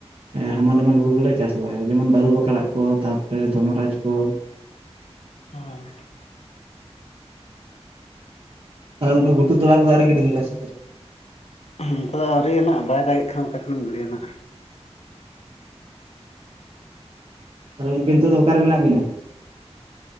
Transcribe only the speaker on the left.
ᱳᱭ
ᱩᱱᱠᱩ ᱫᱚ ᱟᱹᱣᱨᱤᱭᱟᱱᱟᱜ ᱵᱟᱭ ᱫᱟᱜ ᱮᱫ ᱠᱷᱟᱱ ᱚᱠᱟ ᱠᱷᱚᱱᱚᱮᱢ ᱜᱤᱰᱤᱭᱟᱱᱟᱜ᱾